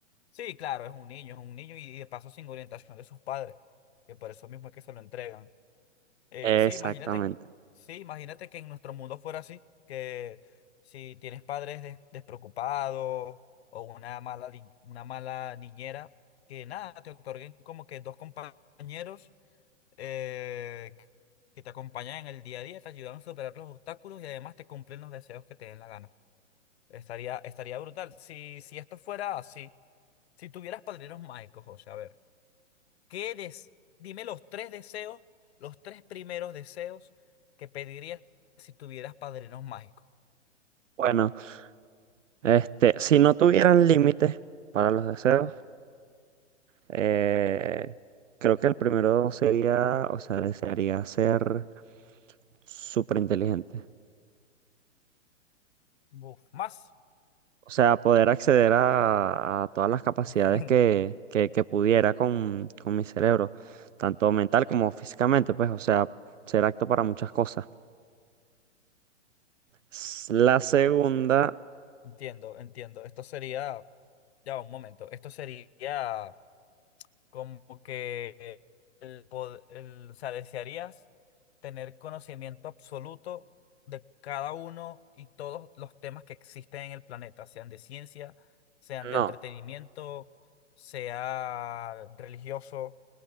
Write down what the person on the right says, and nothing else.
Exactamente.
Bueno, este, si no tuvieran límites para los deseos, eh, creo que el primero sería, o sea, desearía ser súper inteligente.
O sea, poder acceder a, a todas las capacidades
que, que, que pudiera con, con mi cerebro, tanto mental como físicamente, pues, o sea, ser apto para muchas cosas. S- La segunda,
no,